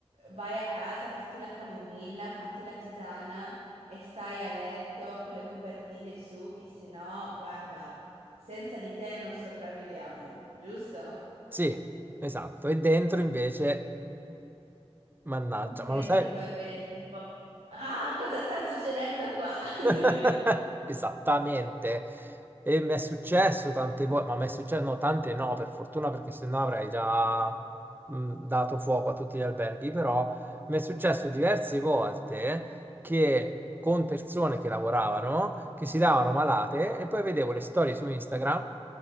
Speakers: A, on the right (about 85°); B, on the right (about 20°).
A: Vai a casa, fatti la camomilla, fatti la tisana e stai a letto con le copertine su, che se no, guarda, senza di te non sopravviviamo, giusto?
B: Sì, esatto. E dentro invece, mannaggia,
A: Dentro
B: ma lo sai?
A: Vittorio è del tipo, ah, cosa sta succedendo qua? <laughs>
B: <laughs> Esattamente, e mi è successo tante volte, ma mi è successo, no, tante no, per fortuna, perché sennò avrei già mh, dato fuoco a tutti gli alberghi, però mi è successo diverse volte che con persone che lavoravano, che si davano malate, e poi vedevo le storie su Instagram